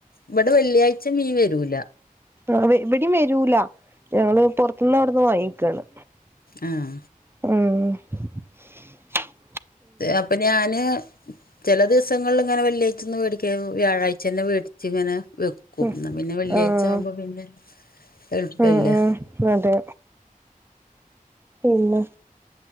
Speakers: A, on the left; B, on the right.
A: ഇവടെ വെള്ളിയാഴ്ച മീൻ വെരൂല
B: ആഹ് ഇവടിം വെരൂല ഞങ്ങള് പൊർത്ത്ന്ന് അവ്ട്ന്ന് വാങ്ങിക്കാണ്
A: ആഹാ
B: മ്
A: അപ്പൊ ഞാന് ചെല ദിവസങ്ങളില്ങ്ങെനെ വെള്ളിയായ്ചൊന്നും വേടിക്കാതെ വ്യാഴാഴ്ച്ചന്നെ വേടിച്ച്ങ്ങനെ വെക്കും
B: ഉം
A: ന്നാ പിന്നെ വെള്ളിയാഴ്ചാകുമ്പോ
B: ആഹ്
A: പിന്നെ എൾപ്പല്ലെ
B: ഉം ഉം അതെ പിന്നെ.